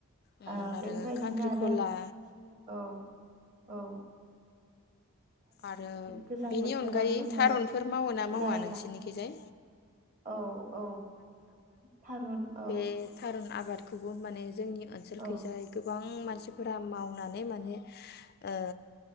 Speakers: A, on the left; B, on the right.
A: उम
B: आ
A: आरो
B: बेफोरबायदिनो
A: खांख्रिखला
B: आरो औ-औ।
A: आरो
B: गोजां
A: बिनि
B: बोथोराव
A: अनगायै
B: जोङो
A: थारुनफोर मावो ना मावा
B: लाइ
A: नोंसिनिखिजाय?
B: ला औ औ थारुन औ।
A: बे थारुन आबादखौबो माने जोंनि ओनसोलखैजाय
B: औ
A: गोबां मान सिफोरा मावनानै माने ओ